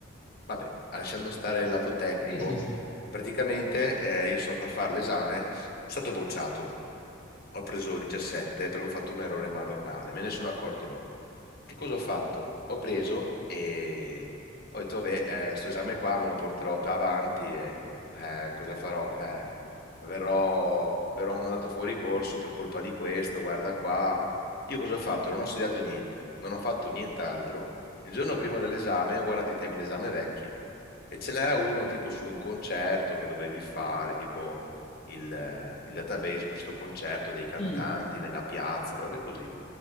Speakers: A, on the left (about 50°); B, on the left (about 30°).
A: Vabbè, lasciando stare il lato tecnico,
B: Sì, sì, sì.
A: praticamente eh, io sono andato a fare l'esame, sono stato bocciato, ho preso 17 perché ho fatto un errore madornale, me ne sono accorto dopo. Che cosa ho fatto? Ho preso e ho detto, vabbè, eh, sto esame qua me lo porterò più avanti e eh, cosa farò? Eh, verrò, verrò mandato fuori corso per colpa di questo, guarda qua. Io cosa ho fatto? Non ho studiato niente, non ho fatto nient'altro. Il giorno prima dell'esame ho guardato i temi d'esame vecchi e ce n'era uno tipo su un concerto che dovevi fare, tipo il, eh, il database per sto concerto dei cantanti
B: Mm.
A: nella piazza, robe così.